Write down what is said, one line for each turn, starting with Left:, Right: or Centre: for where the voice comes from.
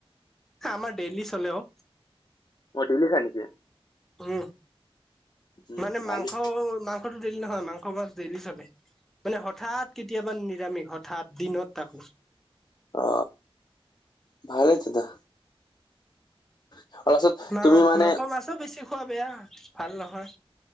Centre: আমাৰ ডেইলি চলে অ।
Left: অ ডেইলি খাই নেকি?
Centre: উম
Left: উম
Centre: মানে
Left: ভালে
Centre: মাংস মাংসটো ডেইলি নহয় মাংস মাছ ডেইলি চলে। মানে হঠাৎ কেতিয়াবা নিৰামিষ হঠাৎ দিনত তাকো।
Left: অ ভালেই তেতিয়া। তাৰপাছত
Centre: মা
Left: তুমি মানে
Centre: মাংস মাছো বেছি খোৱা বেয়া ভাল নহয়।